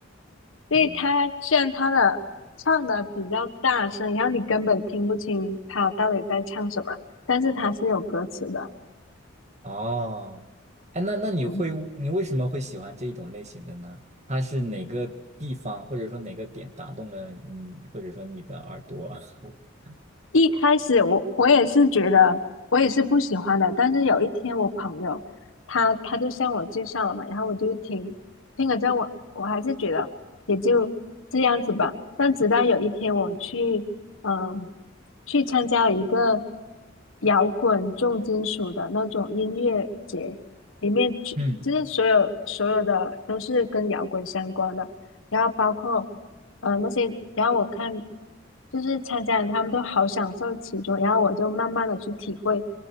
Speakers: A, on the left; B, on the right.
A: 所以它虽然它的唱的比较大声，
B: 嗯，
A: 然后你根本听不清它到底在唱什么，但是它是有歌词的，
B: 哦，哎，那那你会你为什么会喜欢这种类型的呢？
A: 嗯。
B: 它是哪个地方或者说哪个点打动了你，或者说你的耳朵？<laughs>
A: 一开始我我也是觉得我也是不喜欢的，但是有一天我朋友他他就向我介绍了嘛，然后我就听听了之后我我还是觉得也就这样子吧。但直到有一天我去嗯去参加了一个摇滚重金属的那种音乐节，里面就就是所有所有的都是跟摇滚相关的，
B: 嗯
A: 然后包括。呃那些，然后我看就是参加的他们都好享受其中，然后我就慢慢的去体会，